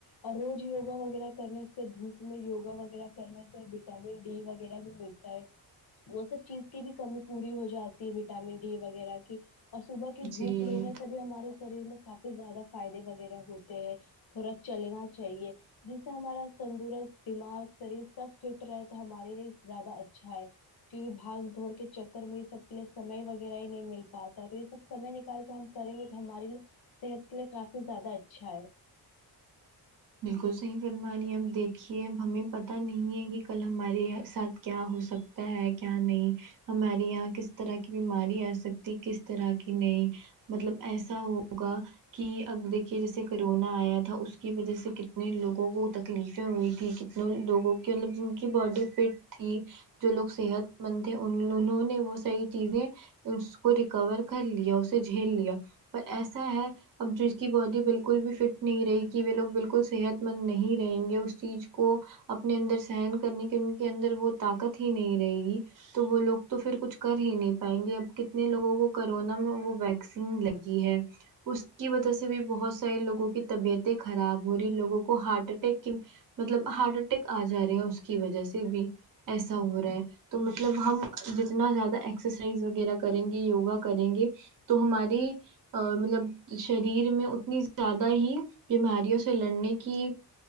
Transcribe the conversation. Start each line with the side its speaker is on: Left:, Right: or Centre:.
Left: اور روز یوگا وغیرہ کرنے سے دھوپ میں یوگا وغیرہ کرنے سے وٹامن ڈی وغیرہ بھی ملتی تا ہے وہ سب چیز کی بھی کمی پوری ہو جاتی ہے وٹامن ڈی وغیرہ کی اور صبح کی دھوپ
Right: جی
Left: لینے سے بھی ہمارے شریر میں کافی زیادہ فائدے وغیرہ ہوتے ہیں تھوڑا چلنا چاہیے جس سے ہمارا تندرست دماغ شریر سب فٹ رہے تو ہمارے لیے زیادہ اچھا ہے کیونکہ بھگ دوھڑ کے چکر میں یہ سب کے لیے سمے وغیرہ ہی نہیں مل پاتا تو یہ سب سمے نکال کے ہم کریں گے تو ہمارے لیے صحت کے لیے کافی زیادہ اچھا ہے
Right: بالکل صحیح فرم رہی ہے اب دیکھیے اب ہمیں پتہ نہیں ہے کہ کل ہمارے ساتھ کیا ہو سکتا تا ہے کیا نہیں ہماری یہاں کس طرح کی بیماری آ سکتی کس طرح کی نئی مطلب ایسا ہوگا کہ اب دیکھیے جیسے کرونا آیا تھا اس کی وجہ سے کتنے لوگوں کو تکلیفیں ہوئی تھی کتنوں لوگوں کی مطلب جن کی باڈی فٹ تھی جو لوگ صحت مند تھے ان انہوں نے وہ صحیح چیزیں اس کو ریکور کر لیا اسے جھیل لیا پر ایسا ہے اب جس کی باڈی بالکل بھی فٹ نہیں رہے گ وہ لوگ بالکل صحت مند نہیں رہیں گے اس چیز کو اپنے اندر سہن کرنے کی ان کے اندر وہ طاقت ہی نہیں رہے گی تو وہ لوگ تو پھر کچھ کر ہی نہیں پائیں گے اب کتنے لوگوں کو کرونا میں وہ ویکسین لگی ہے اس کی وجہ سے بھی بہت ساری لوگوں کی طبیعتیں خراب ہوری لوگوں کو ہارٹ اٹیک کی مطلب ہارٹ اٹیک آ جا رہے ہے اس کی وجہ سے بھی ایسا ہو رہا ہے تو مطلب ہم ج اتنا زیادہ ایکسرسائز وغیرہ کریں گے یوگا کریں گے تو ہماری مطلب شریر میں اتنی زیادہ ہی بیماریوں سے لڑنے کی